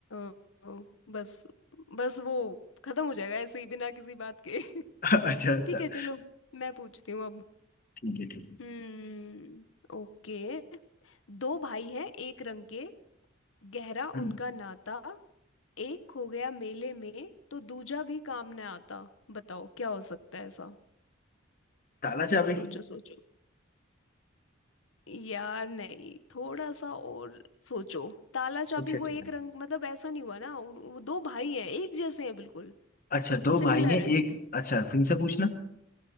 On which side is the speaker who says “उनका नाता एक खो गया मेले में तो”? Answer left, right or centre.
Left